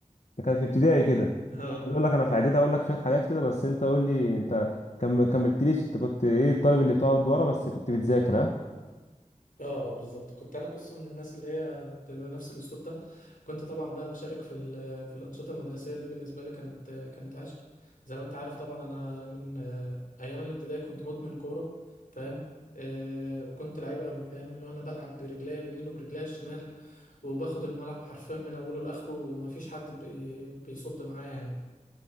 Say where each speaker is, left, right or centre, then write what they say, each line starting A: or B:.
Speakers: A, on the left; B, on the left.
A: ده كان في ابتدائي كده
B: اه
A: بيقول لك انا في اعدادي اقول لك شويه حاجات كده بس انت قول لي انت كم كملتليش انت كنت ايه الطالب اللي بتقعد ورا بس كنت بتذاكر ها
B: اه اه بالظبط كنت انا بص من الناس اللي هي بنفس الاسلوب ده كنت طبعا بقى بشارك في ال- في الانشطه المدرسيه دي بالنسبه لي كانت كانت عشق زي ما انت عارف طبعا انا من آه، ايام الابتدائي كنت مدمن كوره فاهم آه، وكنت لعيب قوي فاهم اللي هو انا بلعب برجليا اليمين وبرجليا الشمال وباخد الملعب حرفيا من اوله لاخره ومفيش حد بي- بيصد معايا يعني